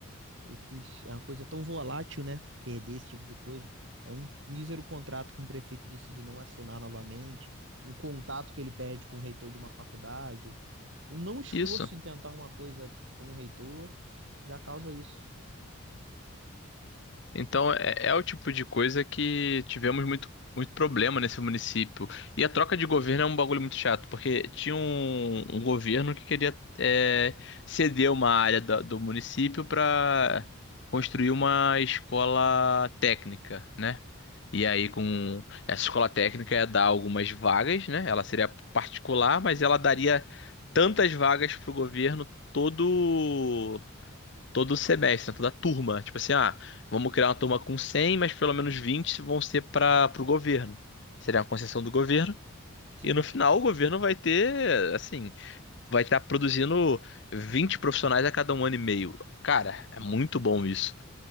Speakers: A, on the right; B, on the left.
A: e que é uma coisa tão volátil, né? Perder esse tipo de coisa. É um mísero contrato que um prefeito decide não assinar novamente, um contato que ele perde com o reitor de uma faculdade, um não esforço
B: Isso.
A: em tentar uma coisa com o reitor já causa isso.
B: Então, é, é o tipo de coisa que tivemos muito, muito problema nesse município. E a troca de governo é um bagulho muito chato, porque tinha um, um governo que queria é, ceder uma área da- do município para construir uma escola técnica, né? E aí, com essa escola técnica ia dar algumas vagas, né? Ela seria particular, mas ela daria tantas vagas para o governo todo todo semestre, né, toda turma. Tipo assim, ah, vamos criar uma turma com 100, mas pelo menos 20 vão ser para o governo. Seria uma concessão do governo.
A: Sim,
B: E no final o governo vai ter, assim, vai estar produzindo 20 profissionais a cada um ano e meio. Cara, é muito bom isso.